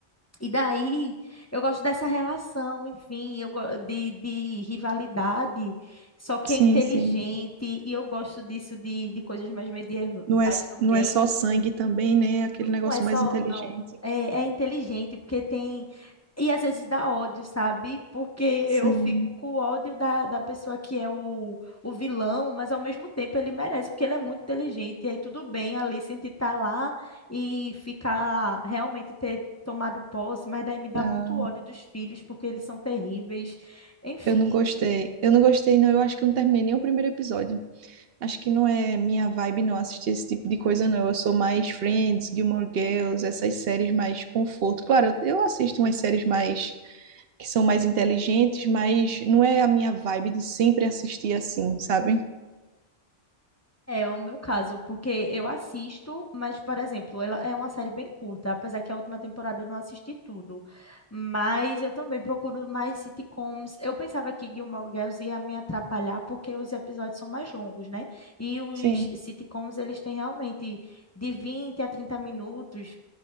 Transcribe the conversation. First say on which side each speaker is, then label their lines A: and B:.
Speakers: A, on the left (about 15°); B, on the right (about 70°).
A: e daí, eu gosto dessa relação, enfim, eu go- de, de rivalidade, só que
B: sim,
A: é inteligente,
B: sim.
A: e eu gosto disso de, de coisas mais medievais
B: Não é,
A: também.
B: não é só sangue também, né? É Aquele negócio
A: Não é só,
B: mais inteligente.
A: não, é, é inteligente, porque tem e às vezes dá ódio, sabe? Porque eu
B: Sim.
A: fico com o ódio da, da pessoa que é o, o vilão, mas ao mesmo tempo ele merece, porque ele é muito inteligente. E aí tudo bem a Alicent estar lá e ficar realmente ter tomado posse, mas daí me dá
B: Não,
A: muito ódio dos filhos, porque eles são terríveis. Enfim,
B: eu não gostei. Eu não gostei, não. Eu acho que eu não terminei nem o primeiro episódio. Acho que não é minha vibe não assistir esse tipo de coisa não. Eu sou mais Friends, Gilmore Girls, essas séries mais conforto. Claro, eu eu assisto umas séries mais que são mais inteligentes, mas não é a minha vibe de sempre assistir assim, sabe?
A: É é o meu caso, porque eu assisto, mas, por exemplo, ela é uma série bem curta, apesar que a última temporada eu não assisti tudo. Mas eu também procuro mais sitcoms. Eu pensava que Gilmore Girls ia me atrapalhar, porque os episódios são mais longos, né? E os
B: Sim,
A: sitcoms, eles têm realmente de 20 a 30 minutos.